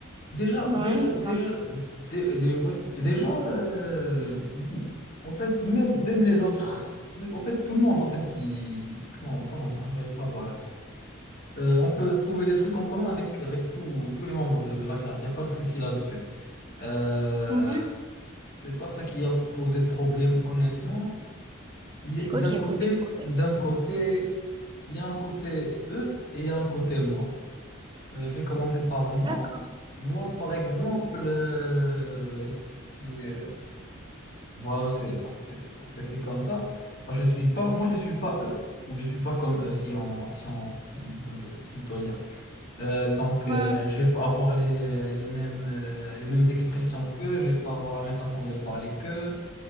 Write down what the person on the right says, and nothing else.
Ouais,
c'est
normal. Ouais.
C'est
quoi qui
a posé problème?
D'accord.
Ouais,